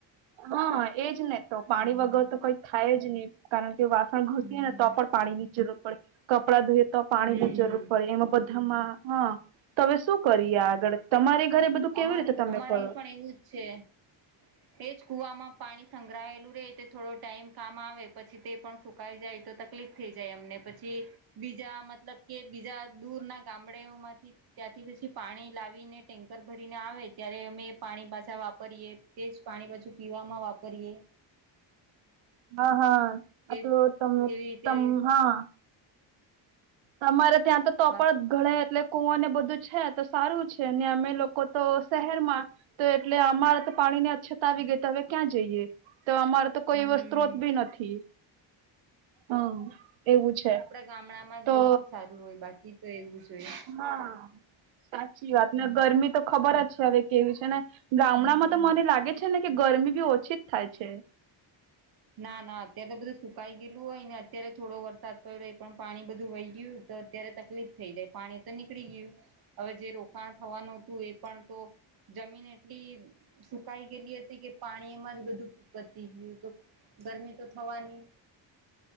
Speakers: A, on the right; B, on the right.
A: હા એજ ને તો પાણી
B: હમ
A: વગર તો કઈ થાય જ નહી કારણ કે વાસણ ઘસીએ
B: હમ
A: ને તો પણ પાણી ની જરૂર પડે કપડા ધોએ તો પાણી
B: હમ
A: ની જરૂર પડે એમા બધ હા તમે શું કરીએ આગળ તમારી ઘરે બધું
B: અમારે
A: કેવી રીતે તમે
B: અમારે
A: કરો
B: અહીં પણ એવું જ છે એજ કુવામાં પાણી સંગ્રહાયેલું રે તે થોડો ટાઈમ કામ આવે પછી તે પણ સુકાઈ જાય તો તકલીફ થઈ જાય એમને પછી બીજા મતલબ કે બીજા દૂર ના ગામડઓમાંથી ત્યાંથી પછી પાણી લાવીનેટેક કરર ભરીને આવે ત્યારે અમે એ પાણી પાછા વાપરીએ તે જ પાણી પાછું પીવામાં વાપરીએ
A: હા હા
B: એ
A: તો તમ
B: એવી રીતે
A: તમ હા તમારે ત્યાં તો તો
B: બાકી
A: પણ ગણે એટલે કુવા ને બધુ છે, તો સારુ છેને, અમે લોકો તો શહેરમા તો એટલે અમારે તો પાણી ને અછત આવી ગઈ તો હવે ક્યાં જઈએ તો અમારે તો કોઈ
B: હમ
A: એ સ્ત્રોત બી નથી હમ એવુ છે.
B: ગામડા માં
A: તો
B: બધું સારું હોય બાકી તો એવું જ હોય
A: હા સાચી વાત
B: હમ
A: ને ગરમી તો ખબર જ છે હવે કેવીું છે ને ગામડામાં
B: હમ
A: તો મને લાગે છેને, કે ગરમી બી ઓછી જ થાય છે.
B: ના ના અત્યારે તો બધું સુકાઈ ગયેલું હોય ને અત્યારે થોડો વરસાદ પડ્યોય પણ પાણી બધું વહી ગયું તો અત્યારે તકલીફ થઈ જાય પાણી તો નીકળી ગયું હવે જે રોકાણ થવાનું હતું એ પણ તો જમીન એટલી સુકાઈ ગયેલી હતી કે પાણી એમાં જ બધું પતી ગયું હત ગરમી તો થવાની